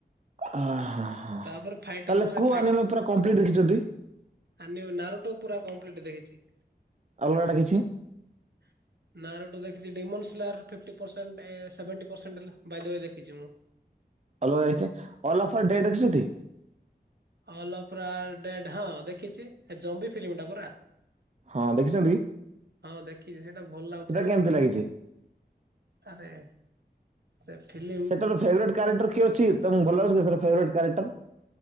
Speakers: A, on the right; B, on the right.
A: ଅ ହଁ ହ
B: ତାପରେ ଫାଇଟ୍
A: ତାହେଲେ
B: ହବ ସେ
A: କୁ ଆନମେ ପୁରା କମ୍ପ୍ଲିଟ୍ ଦେଖିଛନ୍ତି।
B: ଆ ନାରୁ ଟ ପୁରା କମ୍ପ୍ଲିଟ ଦେଖିଛି।
A: ଅଲଗାଟା କିଛି
B: ହଁ। ନା ରୋୁ ଦେଖିଛି ଡିମ ଫି୍ଟିସେଣ୍ଟ ସେଭେଟି ପରସେଣ୍ଟ ବାଦ ଦେଖିଛି ମୁଁ।
A: ଅଲାଇଛି ଅଲ ଅଫର୍ ଡେଟ୍ ଦେଖିି।
B: ଅଲଡ ହଁ ଦେଖିଛି ଜବି ଫିଲ୍ମ ଟା ପୁରରା?
A: ହଁ ଦେଖିଛନ୍ତି
B: ହଁ ଦେଖିଛି ସେଇଟା ଭଲ ଲାଗୁଛି
A: ସେଟା
B: ଆଉ।
A: କେମିତି ଲାଗିଛି?
B: ଆରେ। ସେ ଠିଲି।
A: ସେଟାର ଫେଭରେଟ କ୍ୟାରେକ୍ଟର କି ଅଛି ତମକୁ ଭଲ ଅଛି ସେ ଫେରରେଟ କାରେକ୍ଟର।